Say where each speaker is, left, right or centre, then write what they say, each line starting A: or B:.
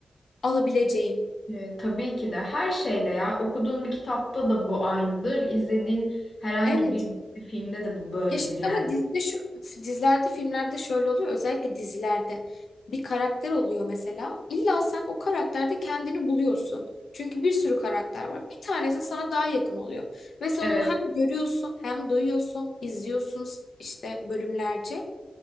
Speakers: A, on the left (about 80°); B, on the left (about 50°).
A: alabileceğin.
B: Ee, tabii ki de her şeyde ya okuduğun bir kitapta da bu aynıdır. İzlediğin herhangi
A: Evet.
B: bir filmde de bu böyledir
A: Ya şimdi
B: yani.
A: ama dizide şu, dizilerde, filmlerde şöyle oluyor. Özellikle dizilerde bir karakter oluyor mesela. İlla sen o karakterde kendini buluyorsun. Çünkü bir sürü karakter var. Bir tanesi sana daha yakın oluyor. Ve sen
B: Evet,
A: onu hem görüyorsun, hem duyuyorsun, izliyorsun işte bölümlerce.